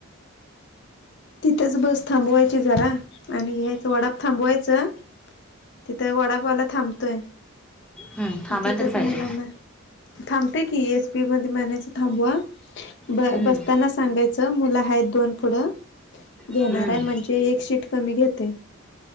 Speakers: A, on the left (about 55°); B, in the centre.
A: तिथंच बस थांबवायची जरा आणि घ्यायच वडाप थांबवायचां तिथं वडापवाला थांबतोय
B: हम्म थांबायला
A: तिथंच
B: तरी पाहिजे
A: मुलांना थांबतेय की एसपी मध्ये म्हनायचं थांबवा ब
B: हम्म
A: बसताना सांगायचं दोन पु घे
B: हम्म
A: म्ह म्हण एक शीट कमी घेते